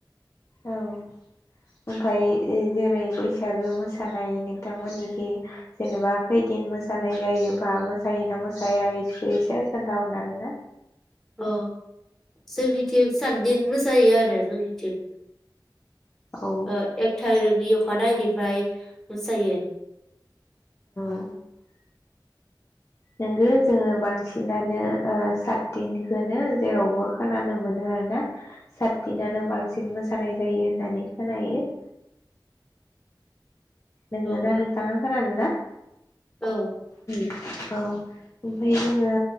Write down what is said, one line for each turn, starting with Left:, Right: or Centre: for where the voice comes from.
Left: औ ओमफाय जेरै बैसागो मोसानाय नोंथांमोननिखै जेनेबा खैदिन मोसानाय जायोबा मोसायोना मोसाया इखौ एसे खोनथा हरनो हागोन ना?
Centre: ओ जोंनिथिं साथदिन मोसायो आरो जोंनिथिं
Left: औ
Centre: ओ एक थारिख नि अखानायनिफ्रायै मोसायो
Left: <inaudible> नोंगो जोङो बांसिनानो ओ सातदिन होनो जेरावबो खोनानो मोनो आरोना सातदिनानो बांसिन मोसानाय जायो होननानै खोनायो नोंगो
Centre: औ
Left: ना नोंथाङा खोनादों ना
Centre: औ
Left: औ ओमफ्राय जोङो